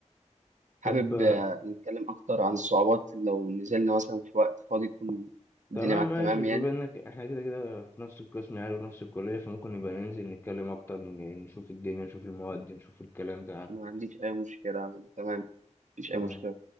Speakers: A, on the right; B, on the left.
A: حابب
B: طب آه،
A: آه، نتكلم أكتر عن الصعوبات لو نزلنا مثلا في وقت فاضي يكون الدنيا
B: تمام
A: معاك
B: ماشي
A: تمام
B: بما
A: يعني
B: إنك إحنا كده كده في نفس القسم يعني وفي نفس الكلية فممكن نبقى ننزل نتكلم أكتر ن- نشوف الدنيا نشوف المواد نشوف الكلام ده
A: ما عنديش أي مشكلة يعني تمام مفيش
B: تمام
A: أي مشكلة